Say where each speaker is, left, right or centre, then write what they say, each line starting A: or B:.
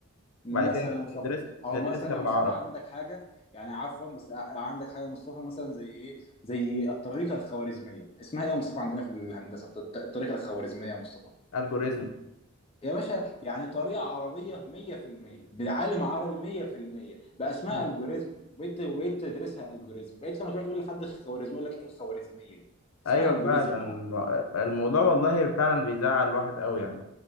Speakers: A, on the left; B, on the left.
A: مثلا
B: وبعد كده
A: يا مصطفى
B: ندرس
A: او
B: ندرسها
A: مثلا
B: بالعربي
A: يا مصطفى عندك حاجه يعني عفوا بس ع- عندك حاجه يا مصطفى مثلا زي ايه زي الطريقه الخوارزميه اسمها ايه يا مصطفى عندنا في الهندسه الط- الطريقه الخوارزميه يا مصطفى
B: الجوريزم
A: يا باشا يعني طريقة عربية 100% بعالم عربي 100% بقى اسمها
B: مم.
A: الجوريزم وبقيت وبقيت تدرسها الجوريزم بقيت لما تروح تقول لحد خوارزمي يقول لك ايه الخوارزمية دي اسمها
B: ايوه
A: الجوريزم
B: فعلا الم-
A: يا عم
B: الموضوع والله فعلا بيزعل الواحد قوي يعني